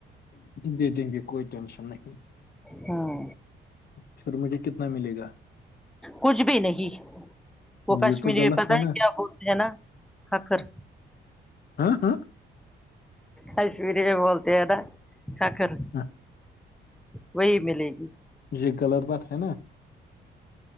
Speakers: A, on the left (about 50°); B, in the centre.
A: دے دیں گے کوئی ٹینشن نہیں
B: ہاں
A: پھر مجھے کتنا ملے گا
B: کچھ بھی نہیں وہ کشمیری
A: یہ تو غلط
B: پتا
A: نا
B: ہے کیا بولتے ہیں نا ک کر
A: ہاں ہاں
B: کشمیری میں بولتے ہیں نا ککر
A: ہاں،
B: وہی ملے گی
A: یہ غلط بات ہے نا